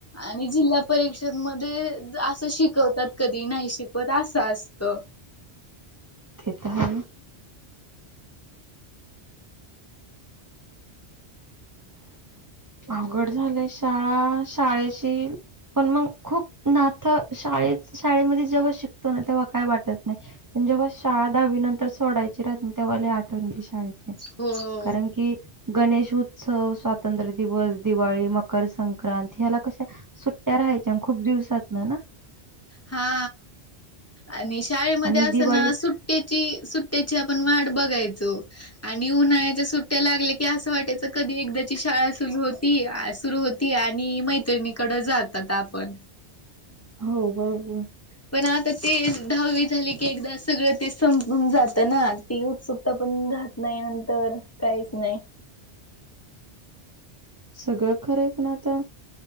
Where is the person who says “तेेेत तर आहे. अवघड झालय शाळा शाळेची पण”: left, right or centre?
Right